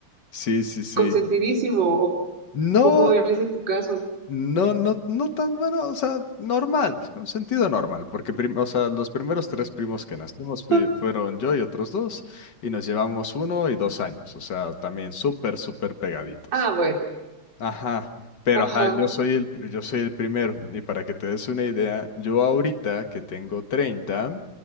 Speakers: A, on the left; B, on the right.
A: sí, sí, sí.
B: consentidísimo o
A: No,
B: cómo es en tu caso.
A: no, no, no tan bueno, o sea, normal, con sentido normal, porque prim- o sea, los primeros tres primos que nacimos fui-
B: <laughs>
A: fueron yo y otros dos, y nos llevamos uno y dos años, o sea, también súper, súper pegaditos.
B: ah, bueno,
A: Ajá, pero
B: ajá,
A: ajá, yo soy el, pr- yo soy el primero, y para que te des una idea, yo ahorita que tengo treinta